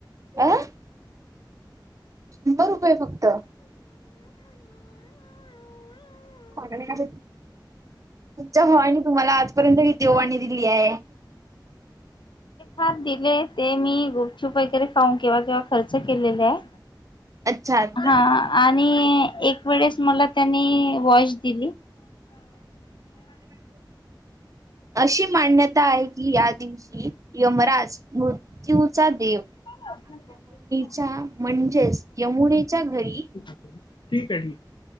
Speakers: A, on the right; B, on the left.
A: अं शंभर रुपये फक्त सगण्या का तुमच्या हवानी तुम्हाला आजपर्यंत कि देवाणी दिली आहे
B: हा दिले ते मी गुपचूप वगैरे खाऊन किंवा किंवा खर्च केलेले आहे
A: अच्छा अच्छा
B: हा आणि एक वेळेस मला त्यांनी वॉश दिली
A: अशी मांडण्यात आहे की या दिवशी यमराज मृत्यूचा देव
B: सज
A: च्या म्हणजेच यमुनेच्या घरी
B: ठीक आहे ठीक आहे